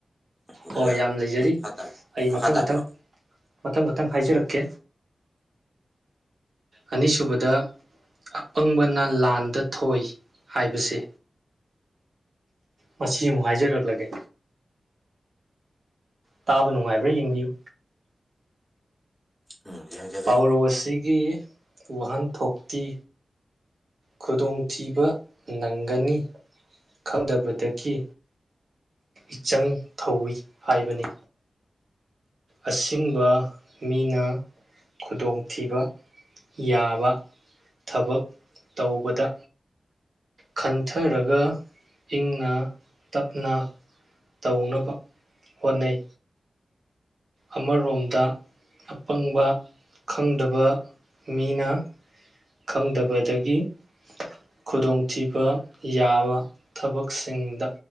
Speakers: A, in the centre; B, on the right.
A: ꯑꯗꯨꯅ
B: ꯍꯣꯏ ꯌꯥꯝ ꯂꯩꯖꯔꯤ
A: ꯃꯈꯥ ꯇꯥ
B: ꯑꯩ
A: ꯃꯈꯥ
B: ꯃꯊꯪ
A: ꯇꯥꯕꯤꯔꯣ
B: ꯃꯊꯪ ꯃꯊꯪ ꯃꯊꯪ ꯍꯥꯏꯖꯔꯛꯀꯦ ꯑꯅꯤꯁꯨꯕꯗ ꯑꯄꯪꯕꯅ ꯂꯥꯟꯗ ꯊꯣꯏ ꯍꯥꯏꯕꯁꯦ ꯃꯁꯤ ꯑꯃꯨꯛ ꯍꯥꯏꯖꯔꯛꯂꯒꯦ ꯇꯥꯕ ꯅꯨꯡꯉꯥꯏꯕ꯭ꯔꯥ ꯌꯦꯡꯕꯤꯌꯨ
A: ꯎꯝ ꯌꯦꯡꯖꯒꯦ
B: ꯄꯥꯎꯔꯧ ꯑꯁꯤꯒꯤ ꯋꯥꯍꯟꯊꯣꯛꯇꯤ ꯈꯨꯗꯣꯡꯊꯤꯕ ꯅꯪꯒꯅꯤ ꯈꯪꯗꯕꯗꯒꯤ ꯏꯆꯪ ꯊꯧꯏ ꯍꯥꯏꯕꯅꯤ ꯑꯁꯤꯒꯦꯡꯕ ꯃꯤꯅ ꯈꯨꯗꯣꯡꯊꯤꯕ ꯌꯥꯕ ꯊꯕꯛ ꯇꯧꯕꯗ ꯈꯟꯊꯔꯒ ꯏꯪꯅ ꯇꯞꯅ ꯇꯧꯅꯕ ꯍꯣꯠꯅꯩ ꯑꯃꯔꯣꯝꯗ ꯑꯄꯪꯕ ꯈꯪꯗꯕ ꯃꯤꯅ ꯈꯪꯗꯕꯗꯒꯤ ꯈꯨꯗꯣꯡꯊꯤꯕ ꯌꯥꯕ ꯊꯕꯛꯁꯤꯡꯗ